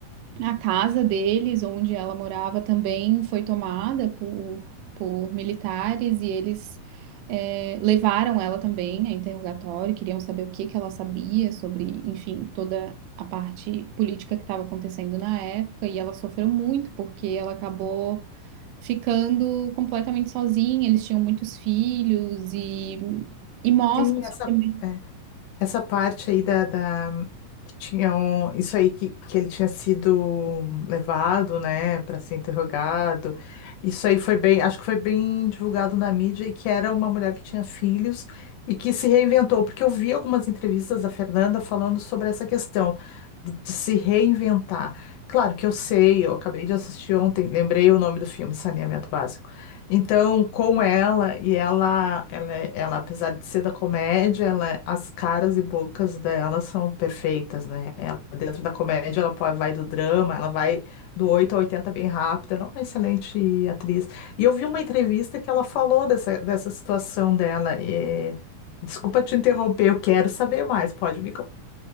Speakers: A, on the right; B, on the left.
A: a casa deles, onde ela morava, também foi tomada por, por militares e eles eh, levaram ela também a interrogatório, queriam saber o que que ela sabia sobre, enfim, toda a parte política que estava acontecendo na época e ela sofreu muito porque ela acabou ficando completamente sozinha, eles tinham muitos filhos e, e mostra
B: Sim,
A: o
B: essa.
A: sofrimento.
B: é, Essa parte aí da, da- que tinham isso aí que, que ele tinha sido levado, né, para ser interrogado. Isso aí foi bem, acho que foi bem divulgado na mídia e que era uma mulher que tinha filhos e que se reinventou, porque eu vi algumas entrevistas da Fernanda falando sobre essa questão de, de se reinventar. Claro que eu sei, eu acabei de assistir ontem, lembrei o nome do filme, Saneamento Básico. Então, com ela, e ela, ela, é- ela, apesar de ser da comédia, ela, as caras e bocas dela são perfeitas, né? Ela, dentro da comédia, ela pô- vai do drama, ela vai do 8 a 80 bem rápido, ela é uma excelente atriz. E eu vi uma entrevista que ela falou dessa, dessa situação dela. e- Desculpa te interromper, eu quero saber mais, pode me